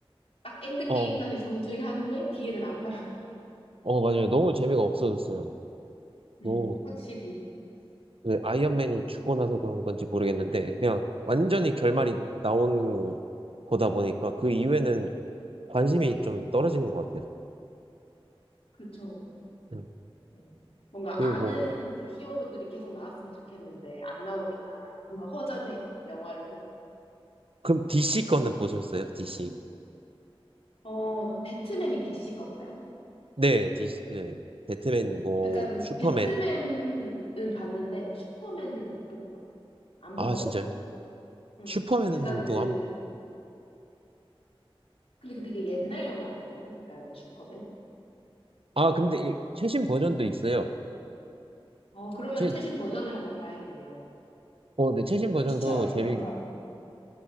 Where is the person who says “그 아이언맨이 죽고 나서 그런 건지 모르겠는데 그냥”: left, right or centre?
Right